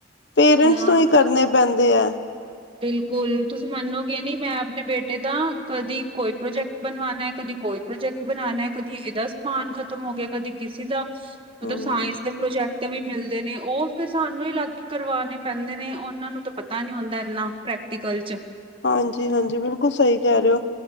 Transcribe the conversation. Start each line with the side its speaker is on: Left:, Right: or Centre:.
Left: ਪੇਰੈਂਟਸ
Right: ਹਾਂ
Left: ਤੋਂ ਈ ਕਰਨੇ ਪੈਂਦੇ ਐ।
Right: ਬਿਲਕੁਲ ਤੁਸੀ ਮੰਨੋਗੇ ਨੀ, ਮੈਂ ਅਪਨੇ ਬੇਟੇ ਦਾ ਕਦੀ ਕੋਈ ਪ੍ਰੋਜੈਕ ਬਨਵਾਨੈ, ਕਦੀ ਕੋਈ ਪ੍ਰੋਜੈਕਟ ਬਨਾਨੈ, ਕਦੀ ਇਦਾ ਸਮਾਨ ਖਤਮ ਹੋ ਗੇਆ, ਕਦੀ ਕਿਸੀ ਦਾ
Left: ਹਮ,
Right: ਮਤਲ ਸਾਇੰਸ ਦੇ ਪ੍ਰੋਜੈਕਟ ਵੀ ਮਿਲਦੇ ਨੇ ਓ ਫਿਰ ਸਾਨੂੰ ਈ ਲਗ ਕੇ ਕਰਵਾਨੇ ਪੈਂਦੇ ਨੇ, ਓਨਾਂ ਨੂੰ ਤੇ ਪਤਾ ਨੀ ਹੁੰਦੈ। ਨਾਂ ਪ੍ਰੈਕਟੀਕਲ ਚ
Left: ਹਾਂਜੀ, ਹਾਂਜੀ ਬਿਲਕੁਲ ਸਈ ਕੈਰੇ ਓ,